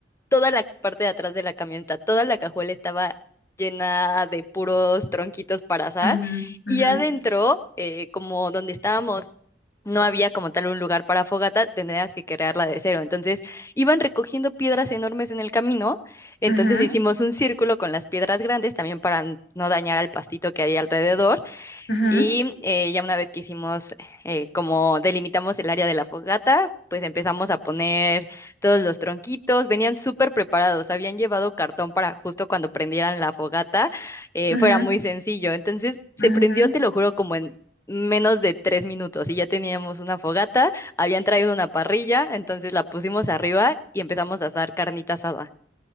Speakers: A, on the left; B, on the left.
A: toda la parte de atrás de la camioneta, toda la cajuela estaba llena de puros tronquitos para asar
B: ajá, ajá,
A: y adentro, eh, como donde estábamos no había como tal un lugar para fogata, tendrías que crearla de cero. Entonces iban recogiendo piedras enormes en el camino, entonces
B: ajá,
A: hicimos un círculo con las piedras grandes también para n- no dañar al pastito que había alrededor
B: ajá.
A: y eh, ya una vez que hicimos, eh, como delimitamos el área de la fogata, pues empezamos a poner todos los tronquitos. Venían súper preparados, habían llevado cartón para justo cuando prendieran la fogata, eh,
B: Ajá,
A: fuera muy sencillo. Entonces se
B: ajá.
A: prendió, te lo juro, como en menos de tres minutos y ya teníamos una fogata, habían traído una parrilla, entonces la pusimos arriba y empezamos a asar carnita asada.